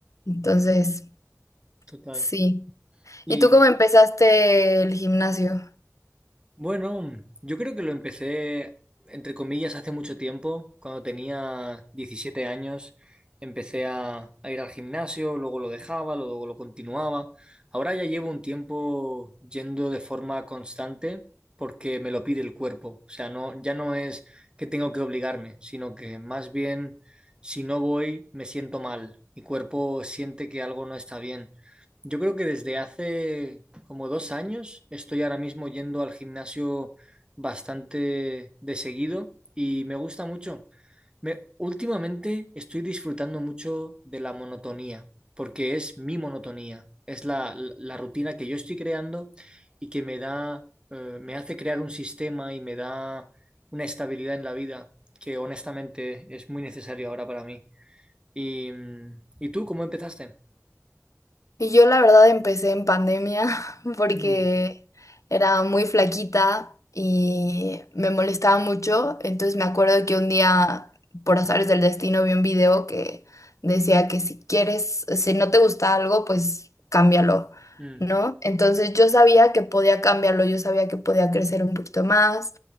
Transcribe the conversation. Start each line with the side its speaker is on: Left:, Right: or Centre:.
Left: Entonces,
Right: total.
Left: sí.
Right: Y.
Left: ¿Y tú cómo empezaste el gimnasio?
Right: Bueno, yo creo que lo empecé, entre comillas, hace mucho tiempo. Cuando tenía 17 años, empecé a, a ir al gimnasio, luego lo dejaba, luego lo continuaba. Ahora ya llevo un tiempo yendo de forma constante porque me lo pide el cuerpo. O sea, no, ya no es que tengo que obligarme, sino que más bien si no voy, me siento mal. Mi cuerpo siente que algo no está bien. Yo creo que desde hace como dos años estoy ahora mismo yendo al gimnasio bastante de seguido y me gusta mucho. Me, últimamente estoy disfrutando mucho de la monotonía, porque es mi monotonía, es la, la- la rutina que yo estoy creando y que me da, eh, me hace crear un sistema y me da una estabilidad en la vida que honestamente es muy necesaria ahora para mí. ¿Y, mm, ¿y tú cómo empezaste?
Left: Y yo la verdad empecé en pandemia <laughs> porque
Right: Mm,
Left: era muy flaquita y me molestaba mucho. Entonces me acuerdo que un día, por azares del destino, vi un video que decía que si quieres, si no te gusta algo, pues cámbialo,
Right: mm,
Left: ¿no? Entonces yo sabía que podía cambiarlo, yo sabía que podía crecer un poquito más,